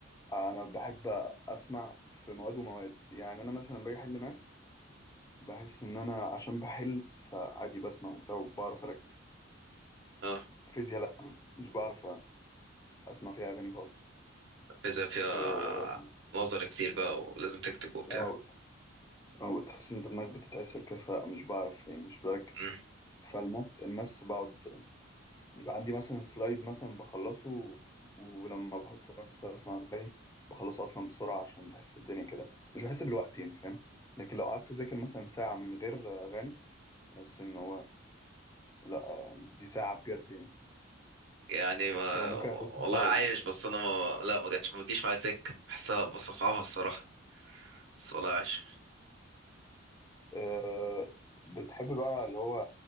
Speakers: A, on the left (about 15°); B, on the right (about 60°).
A: أنا أنا بحب أسمع في مواد ومواد يعني أنا مثلا باجي أحل ماس بحس ان انا عشان بحل فعادي بسمع وبتاع وبعرف اركز
B: اه
A: فيزياء لا مش بعرف اسمع فيها اغاني خالص
B: بيزا فيها
A: آه،
B: نظر كتير بقى ولازم تكتب وبتاع
A: او او تحس ان دماغك بتتعسر كده فمش بعرف يعني مش بركز
B: مم.
A: فالمس المس بقعد يبقى عندي مثلا سلايد مثلا بخلصه ولما بحطه مثلا اسمع اغاني بخلصه اصلا بسرعه عشان بحس الدنيا كده مش بحس بالوقت يعني فاهم لكن لو قعدت اذاكر مثلا ساعه من غير اغاني بحس ان هو لا آه، دي ساعه بجد يعني
B: يعني ما
A: لو ممكن اذاكر
B: والله
A: ساعه
B: عايش بس انا ما لا ما جاتش ما بتجيش معايا سكه بحسها بس اصعبها الصراحه بس والله عايش
A: آه، بتحب بقى اللي هو